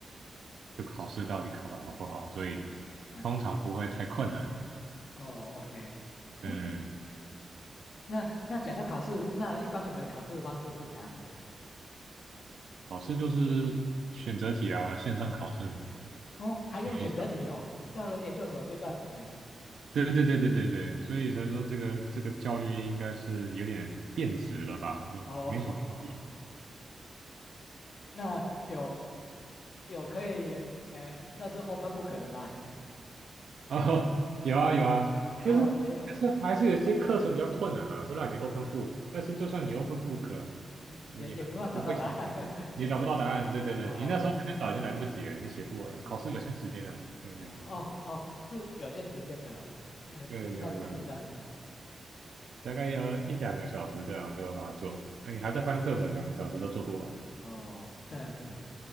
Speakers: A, on the right (about 65°); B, on the left (about 60°).
A: 就考试到底考得好不好，所以
B: 嗯，
A: 通常不会太困难。
B: 哦，OK，哎，
A: 嗯，
B: 那那讲到考试，那一般你们考试的方式是怎样子？
A: 考试就是选择题啊，线上考试。
B: 哦，还用选择题哦，
A: 写一
B: 到了研究所阶段，哎，
A: 对对对对对对对，所以才说这个这个教育应该是有点变质了吧，就没什么意义。
B: 哦，<laughs> 那有。有可以，哎，算是 open book 的吗？<laughs>
A: <laughs> 啊，有啊有啊，
B: 哦，
A: 就是还是还是有些课程比较困难了、
B: 也有，哎，
A: 会让你
B: 是是，
A: open book，但是就算你
B: 啊，
A: open book 了，
B: 也也也没办法找到答案。
A: 你还不会写，
B: <laughs>
A: 你找不到答案，对对对，
B: 哦，OK，
A: 你那时候前面找已经来不及了，你写不完，
B: 是是是，
A: 考试有限时间啊，对对
B: 嗯，哦哦，是有限时间的哦，嗯，
A: 对，
B: 线上考试这样子，
A: 有有有，大概要一两个小时这样就要把它做完，那你还在翻课本，两个小时都做不完
B: 哦，这样子，